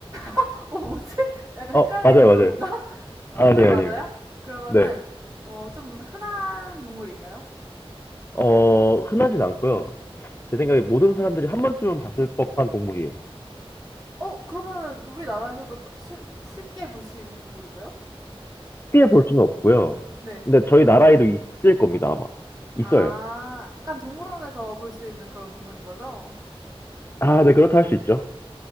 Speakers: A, on the right; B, on the left.
A: <laughs> 어, 뭐지? 약간
B: 어,
A: 헷갈리는
B: 맞아요,
A: 그런
B: 맞아요.
A: 건가? <laughs> 아,
B: 아니에요,
A: 포유류 맞아요?
B: 아니에요.
A: 그러면은,
B: 네.
A: 어, 좀 흔한 동물인가요?
B: 어, 흔하진 않고요. 제
A: 음,
B: 생각에 모든 사람들이 한 번쯤은 봤을 법한 동물이에요. 쉽
A: 어, 그러면은 우리나라에서도 퍼- 시- 쉽게 볼 수 있는 동물인가요?
B: 게볼 수는 없고요.
A: 네.
B: 근데 저희 나라에도 있을 겁니다, 아마.
A: 아,
B: 있어요.
A: 약간 동물원에서 볼 수 있는 그런 동물인 거죠?
B: 아, 네, 그렇다 할 수 있죠.